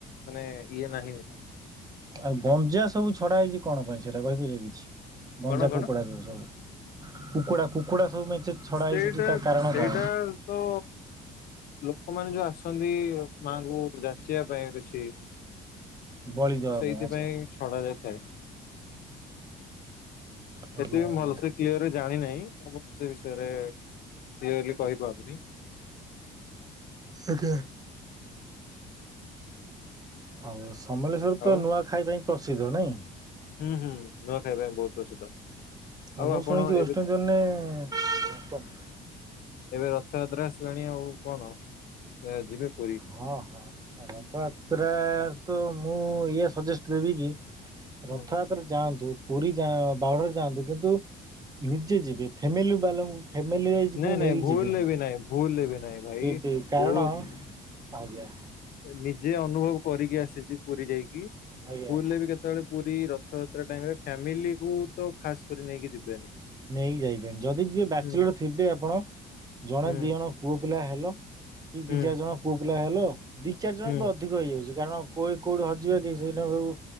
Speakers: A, on the left; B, on the right.
A: ମାନେ ଇଏ ନାହିଁ
B: ଆଉ ଗଞ୍ଜା
A: ହୁଁ.
B: ସବୁ ଛଡା ହେଇଛି କଣ ପାଇଁ ସେଇଟା କହିପାରିବେ କିଛି ଗଞ୍ଜା,
A: କଣ କଣ
B: କୁକୁଡା ଯଉ ସବୁ? କୁକୁଡ଼ା କୁକୁଡ଼ା ସବୁ ମେଞ୍ଚେ ଛଡ଼ା
A: ସେଇଟା
B: ହେଇଛି ସେଠି ତା କାରଣ
A: ସେଇଟା
B: କ'ଣ
A: ତ ଲୋକମାନେ ଯୋଉ ଆସନ୍ତି ମାଆ ଙ୍କୁ ଯାଚିବା ପାଇଁ କିଛି
B: ବଳି ଦେବା
A: ସେଇଥିପାଇଁ
B: ପାଇଁ ଆଚ୍ଛା
A: ଛଡା ଯାଏ। ସେଥିପାଇଁ
B: ଆଜ୍ଞା ଆଜ୍ଞା
A: ଭଲସେ କ୍ଲିୟର ରେ ଜାଣି ନାହିଁ ଆପଣ ସେ ସେ ବିଷୟରେ କ୍ଲିୟରଲି କହିପାରୁନି।
B: ଆଜ୍ଞା। ଆଉ ସମଲେଶ୍ଵର
A: ଆଉ
B: ତ ନୂଆ ଖାଇବା ପାଇଁ ପ୍ରସିଦ୍ଧ ନାଇଁ?
A: ହୁଁ ହୁଁ ନୂଆ ଖାଇବା ପାଇଁ ବହୁତ ପ୍ରସିଦ୍ଧ।
B: ହଁ
A: ଆଉ
B: ମୁଁ
A: ଆପଣ
B: ଶୁଣିଛି ୱେଷ୍ଟଇଣ୍ଡିଜନରେ
A: ଏବେ
B: ହଁ କୁହନ୍ତୁ।
A: ଏବେ ରଥଯାତ୍ରା ଆ ଆଉ କଣ ଯିବେ? ପୁରୀ
B: ହଁ ହଁ ରଥଯାତ୍ରା ତ ମୁଁ ଇଏ ସଜେଷ୍ଟ ଦେବି କି
A: ହୁଁ
B: ରଥଯାତ୍ରାରେ ଯାଆନ୍ତୁ। ପୁରୀ ଯା ବାଉଡ଼ାରେ ଯାଆନ୍ତୁ କିନ୍ତୁ ନିଜେ ଯିବେ ଫ୍ୟାମିଲି ବାଲାଙ୍କୁ ଫ୍ୟାମିଲି ୱାଇଜ୍କୁ
A: ନାଇଁ ନାଇଁ
B: ନେଇକି
A: ଭୁଲରେ
B: ଯିବେନି।
A: ବି ନାଇଁ ଭୁଲରେ ବି ନାଇଁ ଭାଇ
B: ସେ ବି କାରଣ
A: ବହୁତ
B: ଆଜ୍ଞା
A: ନିଜେ ଅନୁଭବ କରିକି ଆସିଛି ପୁରୀ ଯାଇକି
B: ଆଜ୍ଞା।
A: ଭୁଲରେ ବି କେତେବେଳେ ପୁରୀ ରଥଯାତ୍ରା ଟାଇମ ରେ ଫ୍ୟାମିଲି କୁ ତ ଖାସ କରି ନେଇକି ଯିବେନି।
B: ନେଇକି ଯାଇପାରିବି ଯଦି ଯିବେ ବ୍ୟାଚଲର
A: ହୁଁ
B: ଥିବେ ଆପଣ ଜଣେ
A: ହୁଁ
B: ଦି ଜଣ ପୁଅ ପିଲା ହେଲ କି ଦି
A: ହୁଁ
B: ଚାରି ଜଣ ପୁଅ ପିଲା ହେଲ ଦି ଚାରି ଜଣ
A: ହୁଁ
B: ବି ଅଧିକ ହେଇଯାଉଛି। କାରଣ କେଉଠି କେଉଁଠି ହଜିବା କି ସେଦିନକୁ